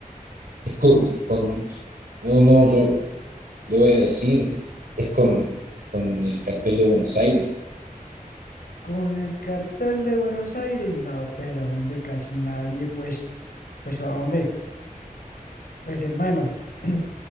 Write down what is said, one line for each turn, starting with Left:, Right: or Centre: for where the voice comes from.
Right: Es co- con, no, no, yo le voy a decir, es con, con el cartel de Buenos Aires.
Left: Con el cartel de Buenos Aires, no, pero hombre, casi nadie, pues, pues hombre, pues hermano, <clears throat>